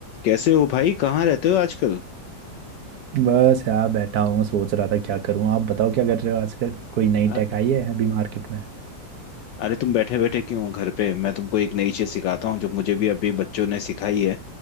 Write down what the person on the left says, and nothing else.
कैसे हो भाई कहाँ रहते हो आजकल
अ-
अरे तुम बैठे बैठे क्यों हो घर पे मैं तुमको एक नई चीज सिखाता हूँ जो मुझे भी अभी बच्चों ने सिखाई है